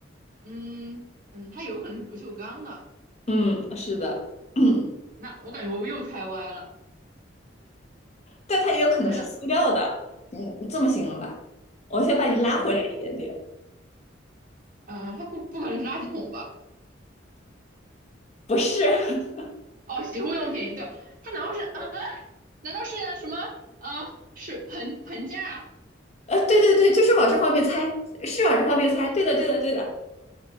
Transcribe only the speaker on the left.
嗯，是的，嗯，
但它也有可能是塑料的。
嗯，这么行了吧，
我先把你拉回来一点点。
不是，<laughs>
呃，对对对，就是往这方面猜，是往这方面猜。对的，对的，对的，